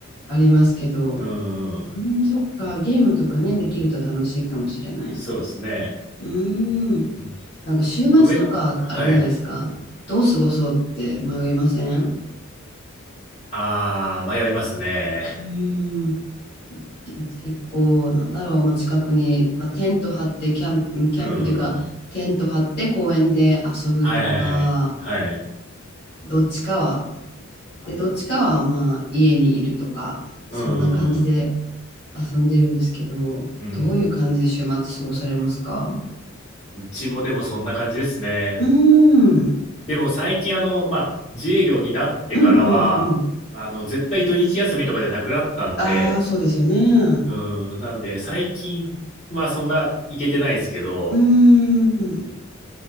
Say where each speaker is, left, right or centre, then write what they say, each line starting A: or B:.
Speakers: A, on the left; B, on the left.
A: ありますけど、
B: うん。
A: うん、そっか、ゲームとかね、できると楽しいかもしれない。
B: そうですね。
A: うん、
B: うん
A: なんか週末とか、
B: 上の、はい。
A: あれじゃないですか、どう過ごそうって迷いません
B: ああ、迷いますね。
A: うん、結構、なんだろう、まあ、近くに、まあ、テント張って、キャンプ、キャンプというか、
B: <laughs> うん。
A: テント張って公園で遊ぶとか、
B: はいはいはい。はい。
A: どっちかは、で、どっちかは、まあ、家にいるとか、
B: うん。
A: そんな感じで
B: う
A: 遊んでるんですけど、
B: ん。
A: どういう感じで週末過ごされますか
B: うちもでもそんな感じですね。
A: うーん、
B: でも最近あの、まあ、自営業になってからは、
A: うん、うん、うん。
B: あの、絶対土日休みとかじゃなくなったんで、
A: ああ、そうですよね。う
B: うん。なんで最近はそんな行けてないですけど、
A: ーん、